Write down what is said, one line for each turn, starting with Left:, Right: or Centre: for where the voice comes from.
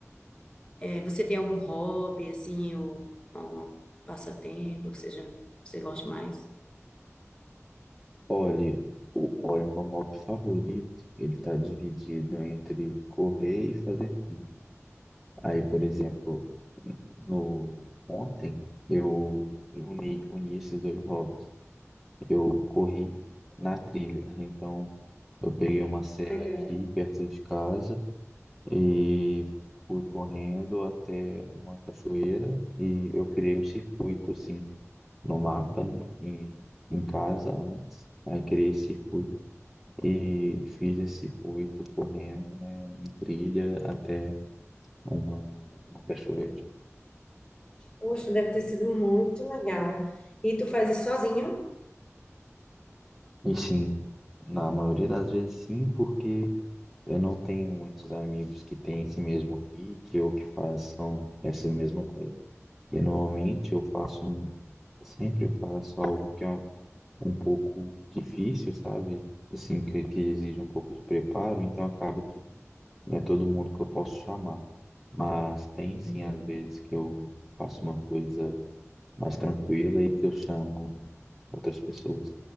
Left: É, Você tem algum hobby, assim, ou algum passatempo que seja, você goste mais?
Centre: Olha, o, olha, o meu hobby favorito, ele tá dividido entre correr e fazer trilha. Aí, por exemplo, no ontem eu eu uni, uni esses dois hobbies. Eu corri na trilha, então eu peguei uma serra
Left: Legal.
Centre: aqui perto de casa E fui correndo até uma cachoeira e eu criei um circuito, assim, no mapa, né? Em, em casa antes. Aí criei esse circuito e fiz esse circuito correndo, né? Em trilha até uma, uma cachoeira.
Left: Poxa, deve ter sido muito legal. E tu faz isso sozinho?
Centre: E sim, na maioria das vezes sim, porque eu não tenho muitos amigos que têm esse mesmo pique ou que façam essa mesma coisa. E normalmente eu faço um, sempre faço algo que é um um pouco difícil, sabe? Assim, que, que exige um pouco de preparo, então acaba que não é todo mundo que eu posso chamar. Mas tem sim,
Left: Uhum,
Centre: às vezes, que eu faço uma coisa mais tranquila e que eu chamo outras pessoas.